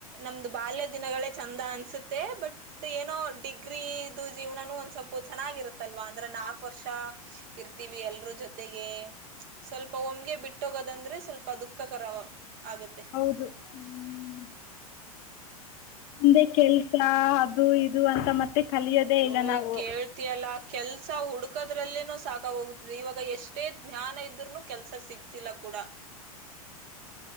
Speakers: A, on the right (about 45°); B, on the left (about 50°).
A: ನಮ್ದು ಬಾಲ್ಯ ದಿನಗಳೇ ಚಂದ ಅನ್ಸುತ್ತೆ ಬಟ್ ಏನೋ ಡಿಗ್ ಗೀಿದ ಜೀವನ ಒಂದ ಸ್ಲ್ಪ ಚೆನ್ನಾಗಿರುತ್ತಲ್ ಅಂದ್ರೆ ನಾಕು ವರ್ಷ ಇರ್ತೀವಿ ಎಲ್ರೂ ಜೊತೆಗೆ ಸ್ವಲ್ಪ ಒಮ್ಗೆ ಬಿಟ್ಟೋಗೋದಂದ್ರೆ ಸ್ವಲ್ಪ ದುಃಖಕರ ಆಗುತ್ತೆ
B: ಹೌದು ಹ್ಮ್ ಮು್ದೆ ಕೆಲ್ಸ ಅದು ಇದು ಅಂತ ಮತ್ತೆ ಕಲಿಯೋದೇ
A: ಅಯ್ಯೋ
B: ಇಲ್ಲ ನಾವು
A: ಕೇಳ್ತಿಯಲ್ಲಾ ಕೆಲ್ಸ ಹುಡುಕದ ಅರಲ್ಲೇ ಸಾಕ ಹೋಗುತ್ತದೆ ಇವಾಗ ಎಷ್ಟು ಅಷ್ಟೇ ಜ್ಞಾನ ಇದ್ರರುನು ಕೆಲ್ಸ ಸಿಗ್ ತಿಲಕೂಡ